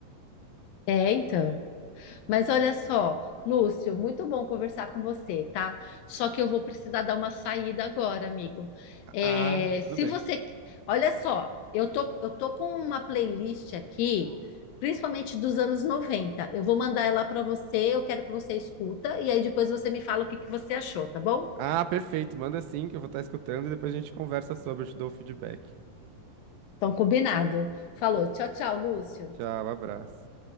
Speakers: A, on the left; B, on the right.
A: É, então. Mas olha só, Lúcio, muito bom conversar com você, tá? Só que eu vou precisar dar uma saída agora, amigo. É,
B: Ah, tudo
A: se
B: bem.
A: você, olha só, eu tô, eu tô com uma playlist aqui, principalmente dos anos 90. Eu vou mandar ela para você, eu quero que você escuta e aí depois você me fala o que que você achou, tá bom?
B: Ah, perfeito. Manda sim, que eu vou estar escutando e depois a gente conversa sobre, eu te dou o feedback.
A: Então, combinado. Falou, tchau, tchau, Lúcio.
B: Tchau, abraço.